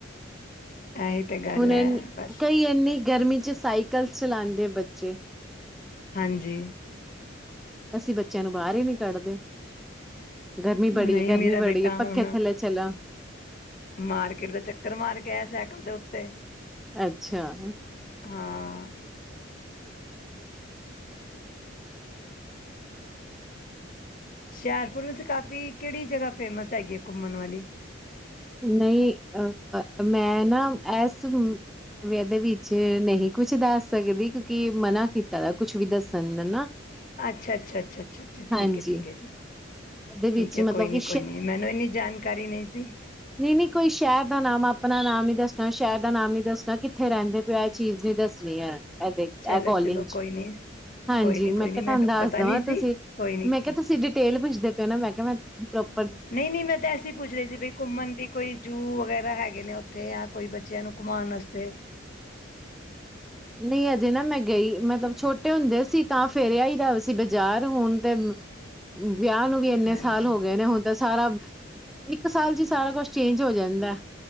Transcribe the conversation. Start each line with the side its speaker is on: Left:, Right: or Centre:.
Left: ਇਹੀ ਤਾਂ ਗੱਲ
Centre: ਹੁਣ
Left: ਹੈ ਬਸ।
Centre: ਕਈ ਇੰਨੀ ਗਰਮੀ ਚ ਸਾਈਕਲ ਚਲਾਉਂਦੇ ਬੱਚੇ?
Left: ਹਾਂਜੀ।
Centre: ਅਸੀਂ ਬੱਚਿਆਂ ਨੂੰ ਬਾਹਰ ਹੀ ਨਹੀ ਕੱਢਦੇ। ਗਰਮੀ ਬੜੀ
Left: ਨਹੀਂ
Centre: ਹੈ ਗਰਮੀ
Left: ਮੇਰਾ
Centre: ਬੜੀ
Left: ਬੇਟਾ
Centre: ਹੈ ਪੱਖੇ
Left: ਹੁਣ
Centre: ਥੱਲੇ ਚਲਾ
Left: ਮਾਰਕੀਟ ਦਾ ਚੱਕਰ ਮਾਰ ਕੇ ਆਇਆ ਸਾਈਕਲ ਦੇ ਉੱਤੇ
Centre: ਅੱਛਾ
Left: ਹਾਂ। ਹੁਸ਼ਿਆਰਪੁਰ ਵਿੱਚ ਕਾਫੀ ਕਿਹੜੀ ਜਗ੍ਹਾ ਫੇਮਸ ਹੈਗੀ ਹੈ ਘੁੰਮਣ ਵਾਲੀ?
Centre: ਨਹੀਂ ਅ ਮੈਂ ਨਾ ਇਸਦੇ ਵਿੱਚ ਨਹੀਂ ਕੁਛ ਦੱਸ ਸਕਦੀ ਕਿਉਂਕਿ ਮਨਾ ਕੀਤਾ ਦਾ ਕੁਛ ਵੀ ਦੱਸਣ ਦਾ ਨਾ।
Left: ਅੱਛਾ ਅੱਛਾ ਅੱਛਾ ਅੱਛਾ ਅੱਛਾ ਠੀਕ
Centre: ਹਾਂਜੀ
Left: ਹੈ ਠੀਕ ਹੈ ਜੀ
Centre: ਇਹਦੇ ਵਿੱਚ
Left: ਠੀਕ ਹੈ
Centre: ਮਤਲਬ
Left: ਕੋਈ ਨੀ
Centre: ਕਿ
Left: ਕੋਈ ਨੀ ਮੈਨੂੰ ਇੰਨੀ ਜਾਣਕਾਰੀ ਨਹੀਂ ਸੀ।
Centre: ਨਹੀਂ ਨਹੀਂ ਕੋਈ ਸ਼ਹਿਰ ਦਾ ਨਾਮ ਆਪਣਾ ਨਾਮ ਨੀ ਦੱਸਣਾ ਸ਼ਹਿਰ ਦਾ ਨਾਮ ਨੀ ਦੱਸਣਾ ਕਿੱਥੇ ਰਹਿੰਦੇ ਪਏ ਇਹ ਚੀਜ਼ ਹੀ ਦੱਸਣੀ ਹੈ? ਐ ਦੇਖ
Left: ਚਲੋ
Centre: ਇਹ ਕੌਲਗੀ
Left: ਚਲੋ
Centre: 'ਚ
Left: ਕੋਈ ਨੀ
Centre: ਹਾਂਜੀ
Left: ਕੋਈ ਨੀ
Centre: ਮੈਂ
Left: ਕੋਈ
Centre: ਕਿਹਾ
Left: ਨੀ ਮੈਨੂੰ
Centre: ਤੁਹਾਨੂੰ ਦੱਸ
Left: ਪਤਾ
Centre: ਦੇਵਾਂ
Left: ਨੀ ਸੀ
Centre: ਤੁਸੀਂ
Left: ਕੋਈ ਨੀ
Centre: ਮੈਂ
Left: ਕੋਈ
Centre: ਕਿਹਾ ਤੁਸੀਂ ਡਿਟੇਲ ਪੁੱਛਦੇ ਪਏ ਹੋ ਨਾ ਮੈਂ ਕਿਹਾ ਮੈਂ? ਪਰ।
Left: ਨਹੀਂ ਨਹੀਂ ਮੈਂ ਤਾਂ ਐਸੇ ਹੀ ਪੁੱਛ ਰਹੀ ਸੀ ਵੀ ਘੁੰਮਣ ਦੀ। ਕੋਈ ਜੂ ਵਗੈਰਾ ਹੈਗੇ ਨੇ ਉੱਥੇ ਜਾਂ ਕੋਈ ਬੱਚਿਆਂ ਨੂੰ ਘੁੰਮਾਉਣ ਵਾਸਤੇ।
Centre: ਨਹੀਂ ਅਜੇ ਨਾ ਮੈਂ ਗਈ ਮਤਲਬ ਛੋਟੇ ਹੁੰਦੇ ਸੀ ਤਾਂ ਫਿਰਿਆ ਹੀ ਦਾ ਸੀ ਬਜ਼ਾਰ ਹੁਣ ਤੇ। ਵਿਆਹ ਨੂੰ ਵੀ ਇੰਨੇ
Left: ਹਾਂਜੀ
Centre: ਸਾਲ ਹੋ ਗਏ ਨੇ ਹੁਣ ਤਾਂ? ਸਾਰਾ ਇੱਕ ਸਾਲ ਚੀ ਸਾਰਾ ਕੁਛ ਚੇਜ ਹੋ ਜਾਂਦਾ ਹੈ?